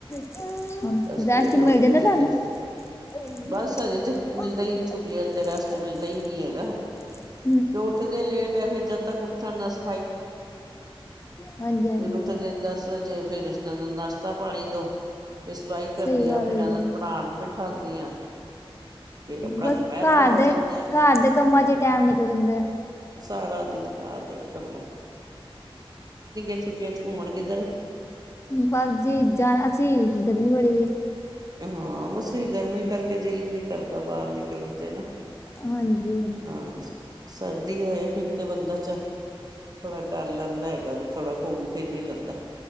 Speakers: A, on the left; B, on the right.
A: ਰੈਸਟ
B: ਬਸ ਫਿਰ ਰੋਟੀ
A: ਮਿਲ ਜਾਂਦਾ
B: ਦੀ
A: ਤੁਹਾਨੂੰ,
B: ਤੇ
A: <unintelligible>
B: ਬਸ ਹਜੇ ਤੇ ਮਿਲਦਾ ਹੀ ਛੁੱਟੀਆਂ ਤੇ ਰੈਸਟ ਮਿਲਦਾ ਹੀ ਨਹੀਂ ਹੈਗਾ ਤੇ ਉੱਠਦੇ ਲੇਟ ਆ ਫਿਰ ਜਦ ਤੱਕ ਉੱਠਣ ਦਸ,
A: ਹਾਂਜੀ-ਹਾਂਜੀ।
B: ਫਿਰ ਉੱਠਦੇ ਨੇ ਦਸ ਵਜੇ ਫਿਰ ਇਹਨਾਂ ਨੂੰ ਨਾਸ਼ਤਾ ਪਾਣੀ ਦੋ ਫਿਰ ਸਫਾਈ ਕਰਦੀ
A: ਸਹੀ
B: ਆ
A: ਗੱਲ
B: ਫਿਰ
A: ਹੈ
B: ਇਹਨਾਂ
A: ਜੀ,
B: ਨੂੰ ਪੜ੍ਹਾਉਣ ਬਿਠਾਉਂਦੀ ਆ ਫਿਰ ਆਪਣਾ
A: ਬਸ
B: ਦੁਪਹਿਰ
A: ਘਰ
B: ਦਾ ਹੋ
A: ਦੇ
B: ਜਾਂਦਾ ਹੈਗਾ
A: ਘਰ ਦੇ ਕੰਮਾਂ ਚ ਹੀ ਟੈਮ ਟਾਈਮ ਨਿਕਲ ਜਾਂਦਾ।
B: ਸਾਰਾ ਦਿਨ ਘਰ ਦੇ ਕੰਮ, ਛੁੱਟੀਆਂ ਚ ਘੁੰਮਣ ਕਿੱਧਰ
A: ਬਸ ਜੀ ਜਾਣਾ, ਗਰਮੀ ਬੜੀ ਹੋਈ,
B: ਹਾਂ ਬਸ ਗਰਮੀ ਕਰਕੇ ਦਿਲ ਹੀ, ਨੀ ਕਰਦਾ ਬਾਹਰ ਨਿਕਲਣ ਤੇ ਨਾ,
A: ਹਾਂਜੀ <unintelligible>
B: ਹਾਂ ਸਰਦੀ ਹੋਏ ਫਿਰ ਤੇ ਬੰਦਾ ਚੱਲ ਥੋੜਾ ਕਰ ਲੈਂਦਾ ਹੈਗਾ ਵੀ ਥੋੜਾ ਘੁੰਮ ਫਿਰ ਵੀ ਲੈਂਦਾ